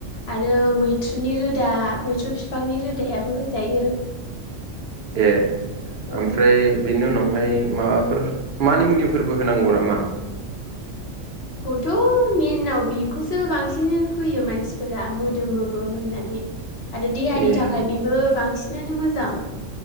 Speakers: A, on the left; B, on the right.
A: आरो मैथ्रुनि रोदा मैथ्रु फि फांनि रोदायाबो होजायो
B: ए
A: औ
B: ओमफ्राय बेनि उनाव ओमफ्राय माबाफोर मानि मुनिफोरबो होनांगौ नामा
A: थ' मेनाव बिखौसो बांसिन होयो मानसिफोरा मोदोमोबो होननानै आरो देहानि
B: ए
A: थाखाय बेबो बांसिनानो मोजां